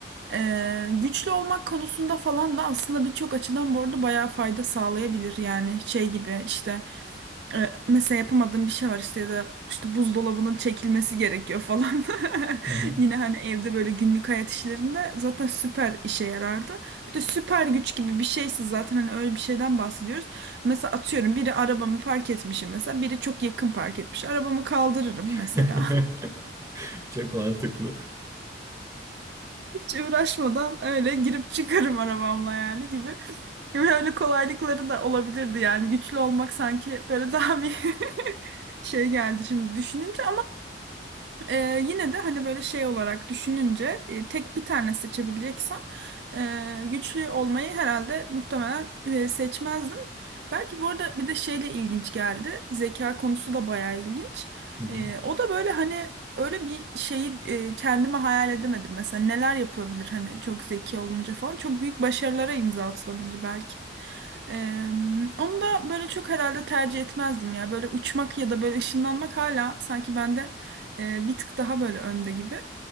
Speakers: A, on the right; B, on the right.
A: Ee, güçlü olmak konusunda falan da aslında birçok açıdan bu arada bayağı fayda sağlayabilir yani şey gibi işte e, mesela yapamadığım bir şey var işte ya da işte buzdolabının çekilmesi gerekiyor falan <laughs>
B: Hı hı.
A: yine hani evde böyle günlük hayat işlerinde zaten süper işe yarardı bir de süper güç gibi bir şeyse zaten hani öyle bir şeyden bahsediyoruz mesela atıyorum biri arabamı park etmişim mesela biri çok yakın park etmiş arabamı kaldırırım
B: <laughs>
A: mesela
B: Çok mantıklı.
A: Hiç uğraşmadan öyle girip çıkarım arabamla yani gibi. Öyle kolaylıkları da olabilirdi yani güçlü olmak sanki böyle daha bir <laughs> şey geldi şimdi düşününce ee, yine de hani böyle şey olarak düşününce e, tek bir tane seçebileceksem e, güçlü olmayı herhalde muhtemelen e, seçmezdim. Belki bu arada bir de şeyle ilginç geldi. Zeka konusu da bayağı ilginç.
B: Hı hı.
A: E, o da böyle hani öyle bir şeyi e, kendime hayal edemedim. Mesela neler yapılabilir hani çok zeki olunca falan. Çok büyük başarılara imza atılabilir belki. Ee, onu da böyle çok herhalde tercih etmezdim ya. Böyle uçmak ya da böyle ışınlanmak hala sanki bende e, bir tık daha böyle önde gibi.